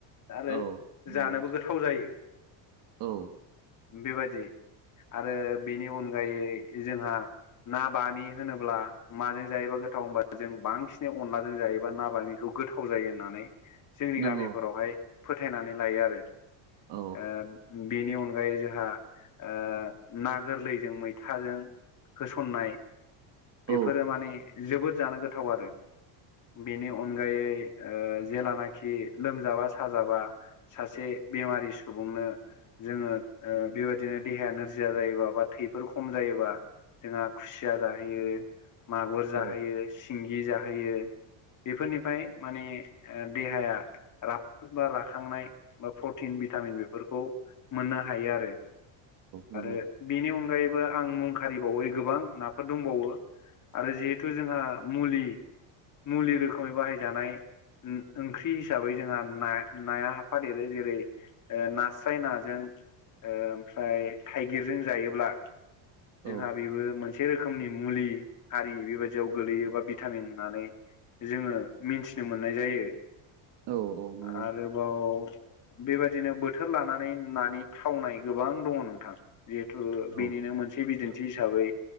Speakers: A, on the left; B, on the right.
A: आरो
B: औ औ
A: जानोबो गोथाव जायो
B: औ
A: बेबादि आरो बेनि अनगायै जोंहा ना बामि होनोब्ला माजों जायोबा गोथाव होनबा जों बांसिन अनलाजों जायोबा ना बामिखौ गोथाव जायो होननानै जोंनि
B: नंगौ
A: गामिफोरावहाय फोथायनानै लायो आरो
B: औ
A: ओ बिनि अनगायै जोहा ओ ना गोरलैजों मैथाजों होसननाय
B: औ
A: बेफोरो माने जोबोद जानो गोथाव आरो बेनि अनगायै ओ जेलानाखि लोमजाबा साजाबा सासे बेमारि सुबुंनो जोङो ओ बेबायदिनो देहाया नोरजिया जायोबा बा थैफोर खम जायोबा जोंहा खुसिया जाहोयो मागुर जाहोयो
B: औ
A: सिंगि जाहोयो बेफोरनिफ्राय माने देहाया राफोद बा राखांनाय बा प्रटिन भिटामिन बेफोरखौ मोननो हायो आरो
B: नंगौ
A: आरो बेनि अनगायैबो आं मुं खारिबावै गोबां नाफोर दंबावो आरो जेहेथु जोंहा मुलि मुलि रोखोमै बाहायजानाय ओंख्रि हिसाबै जोंहा ना नाया हाफादेरो जेरै ओ नास्राय नाजों ओम ओमफ्राय थाइगिरजों जायोब्ला
B: औ
A: जोंहा बेबो मोनसे मोनसे रोखोमनि मुलि हारि बेबायदियाव गोगलैयो बा भिटामिन होननानै जोङो मिथिनो मोननाय जायो
B: औ नंगौ
A: आरोबाव बेबायदिनो बोथोर लानानै नानि थावनाय गोबां दङ नोंथां जिहेथु
B: औ
A: बेनिनो मोनसे बिदिन्थि हिसाबै